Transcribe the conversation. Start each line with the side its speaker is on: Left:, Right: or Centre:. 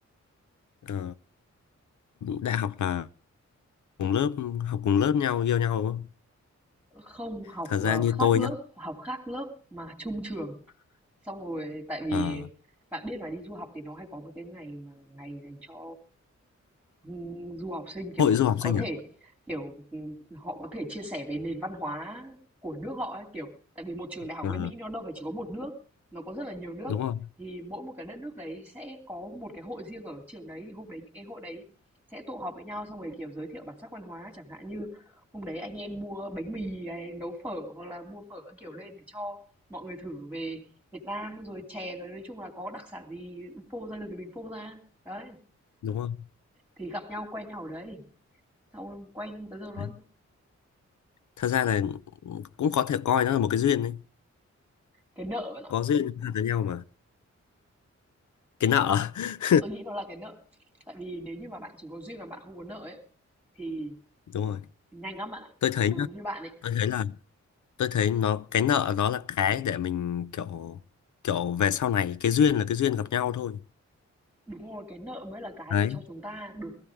Left: ờ, đại học là cùng lớp học cùng lớp nhau yêu nhau đúng không?
Centre: Không, học,
Left: thật ra
Centre: ờ,
Left: như
Centre: khác
Left: tôi
Centre: lớp,
Left: nhá
Centre: học khác lớp mà chung trường. Xong rồi tại vì
Left: Ờ,
Centre: bạn biết mà đi du học thì nó hay có một cái ngày mà ngày dành cho Ừm, du học sinh, kiểu,
Left: hội du học
Centre: có
Left: sinh
Centre: thể,
Left: à?
Centre: kiểu, ừm, họ có thể chia sẻ về nền văn hóa của nước họ ấy, kiểu, tại vì một trường đại học
Left: Ờ,
Centre: bên Mỹ nó đâu phải chỉ có một nước, nó có rất là nhiều nước,
Left: đúng không?
Centre: thì mỗi một cái đất nước đấy sẽ có một cái hội riêng ở trường đấy, thì hôm đấy những cái hội đấy sẽ tụ họp với nhau xong rồi, kiểu, giới thiệu bản sắc văn hóa, chẳng hạn như hôm đấy anh em mua bánh mì hay nấu phở hoặc là mua phở các kiểu lên để cho mọi người thử về Việt Nam, rồi chè, rồi nói chung là có đặc sản gì phô ra được thì mình phô ra. Đấy,
Left: Đúng không?
Centre: thì gặp nhau quen nhau ở đấy. Xong quen tới giờ luôn.
Left: Đấy. Thật ra là cũng có thể coi nó là một cái duyên đấy.
Centre: Cái nợ bạn ạ,
Left: Có duyên là với nhau mà. Cái nợ. <laughs>
Centre: tôi nghĩ nó là cái nợ. Tại vì nếu như mà bạn chỉ có duyên mà bạn không có nợ ấy thì
Left: Đúng rồi.
Centre: nhanh lắm bạn ạ.
Left: Tôi
Centre: Giống
Left: thấy nhá,
Centre: như bạn ấy,
Left: tôi thấy là tôi thấy nó cái nợ nó là cái để mình kiểu kiểu về sau này cái duyên là cái duyên gặp nhau thôi.
Centre: đúng rồi, cái nợ mới là cái
Left: Đấy,
Centre: để cho chúng ta được